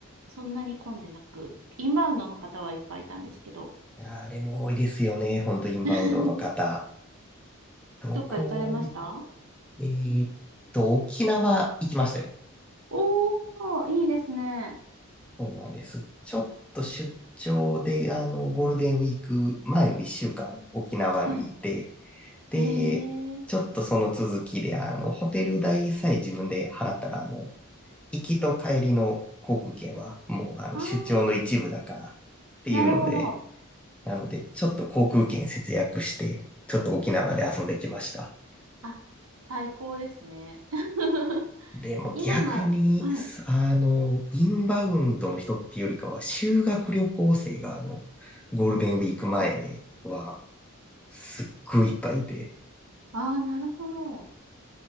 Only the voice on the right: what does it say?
そんなに混んでなく、インバウンドの方はいっぱいいたんですけど、
<laughs>
どっか行かれました
おー、いいですね。
はい。
えー。
あー、
なるほど。
あ、最高ですね。<laughs>
今の、はい。
お
あー、なるほど。